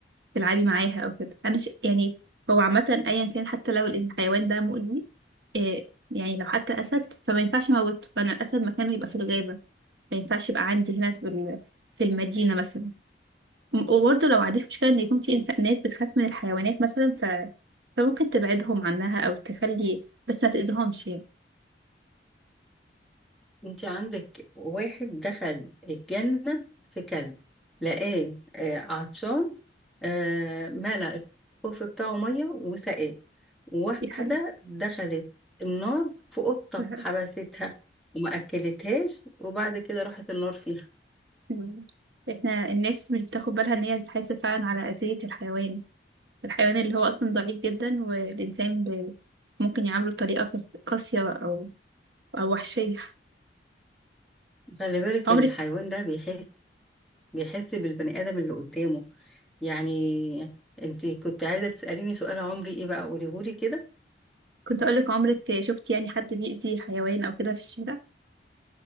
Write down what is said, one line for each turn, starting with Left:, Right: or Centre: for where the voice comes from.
Right: تلعبي معاها أو كده أنا ش... يعني هو عامة أيا كان حتى لو الحيوان ده مؤذي إيه يعني لو حتى أسد فما ينفعش أموته فأنا الأسد مكانه يبقى في الغابة ما ينفعش يبقى عندي هنا في ال- في المدينة مثلا وبرضه لو عندك مشكلة إن يكون في إنسان ناس بتخاف من الحيوانات مثلا ف... فممكن تبعدهم عنها أو تخلي بس ما تأذيهمش يعني
Centre: انت عندك واحد دخل الجنة في كلب لقاه آه، عطشان آه، ملأ الخوف بتاعه مية وسقاه واحدة
Right: دي حقيقة
Centre: دخلت النار في قطة
Right: دي حقيقة.
Centre: حبستها وما أكلتهاش وبعد كده راحت النار فيها
Right: مم. إحنا الناس مش بتاخد بالها إن هي بتحاسب فعلا على أذية الحيوان الحيوان اللي هو أصلا ضعيف جدا والإنسان ب... ممكن يعامله بطريقة قاس- قاسية أو أو وحشية
Centre: خلي بالك
Right: عمرك
Centre: الحيوان ده بيحس بيحس بالبني آدم اللي قدامه يعني انت كنت عايزة تسأليني سؤال عمري ايه بقى قوليهولي كده
Right: كنت أقولك عمرك شفتي يعني حد بيأذي حيوان أو كده في الشارع؟